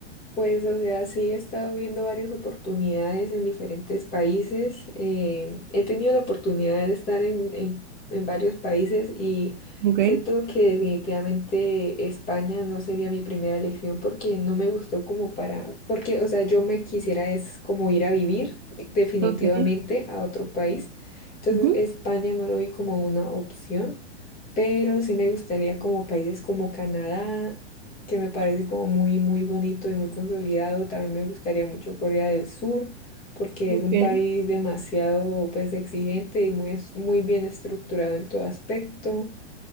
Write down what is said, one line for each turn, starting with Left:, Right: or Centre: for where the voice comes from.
Left: Pues, o sea, sí he estado viendo varias oportunidades en diferentes países. em, he tenido la oportunidad de estar en, en- en varios países y
Right: Okay,
Left: siento que definitivamente España no sería mi primera elección porque no me gustó como para, porque, o sea, yo me quisiera es como ir a vivir definitivamente
Right: okay,
Left: a otro país. Entonces,
Right: ujú,
Left: España no lo vi como una opción, pero sí me gustaría como países como Canadá que me parece como muy, muy bonito y muy consolidado. También me gustaría mucho Corea del Sur, porque
Right: okay,
Left: es un país demasiado, pues, exigente y muy, es- muy bien estructurado en todo aspecto.